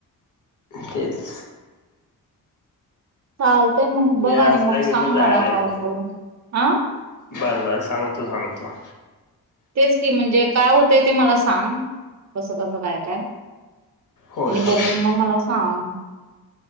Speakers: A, on the left (about 50°); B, on the right (about 45°).
A: तेच.
B: चालतय मग
A: वेळ
B: बघ आणि
A: असला
B: मग
A: की
B: सांग
A: जायला
B: मला
A: येते
B: कॉल करून हा.
A: बरं बरं सांगतो सांगतो.
B: तेच की म्हणजे काय होतंय ते मला सांग कसं कसं काय काय
A: होय
B: आणि
A: होय
B: बघून मग मला सांग.